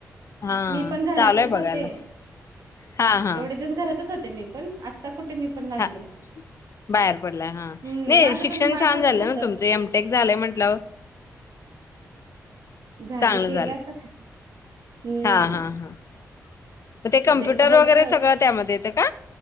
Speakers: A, on the left; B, on the right.
A: हा,
B: मी पण घरातच
A: चालूय
B: होते
A: बघायला. हां. हां.
B: एवढे दिवस घरातच होते मी पण. आता कुठे मी पण लागले.
A: ह बाहेर पडलाय हा,
B: हम्म
A: नाही
B: माझं
A: शिक्षण
B: पण बाळ
A: छान
B: छोटच
A: झाल
B: होतं
A: ह तुमच एम टेक झालय म्हटल्यावर.
B: झाल
A: चांगलं
B: केल
A: झालं
B: आता. हम्म
A: हा हा हा, मग ते कंप्युटर
B: जे होत
A: वगैरे सगळ त्यामध्ये येत का?